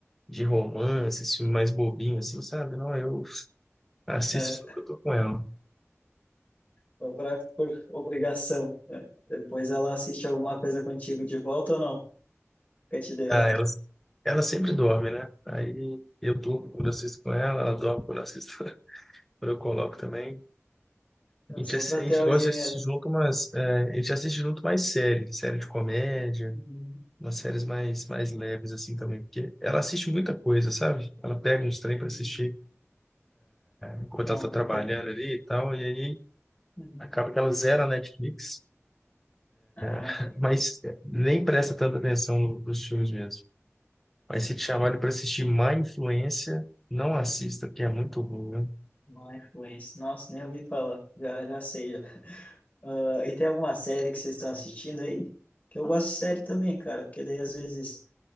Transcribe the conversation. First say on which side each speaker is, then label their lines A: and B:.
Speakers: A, in the centre; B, on the left.
A: de romance, esses filmes mais bobinhos, assim, sabe? Não, eu assisto
B: é,
A: só que eu tô com ela.
B: só pra, por obrigação. É. Depois ela assiste alguma coisa contigo de volta ou não? Fica te devendo.
A: Ah, ela, ela sempre dorme, né? Aí eu durmo quando eu assisto com ela, ela dorme quando eu assisto, <laughs> quando eu coloco também.
B: É
A: A gente,
B: só
A: ass-
B: pra
A: a
B: ter
A: gente
B: alguém
A: gosta de assistir
B: ali.
A: junto umas. é, a gente assiste junto mais série, série de comédia,
B: Uhum,
A: umas séries mais, mais leves, assim também, porque ela assiste muita coisa, sabe? Ela pega uns trem para
B: uhum.
A: assistir enquanto
B: Não,
A: ela tá trabalhando
B: inter...
A: ali e tal, e aí
B: uhum.
A: acaba que ela zera a Netflix,
B: Ah,
A: <laughs>
B: tá.
A: mas nem presta tanta atenção no- nos filmes mesmo. Mas se te chamarem para assistir Má Influência, não assista, porque é muito ruim, né?
B: Má influência. Nossa, nem ouvi falar. Já, já sei, já. Ah, e tem alguma série que vocês estão assistindo aí? Que eu gosto de série também, cara, porque daí às vezes,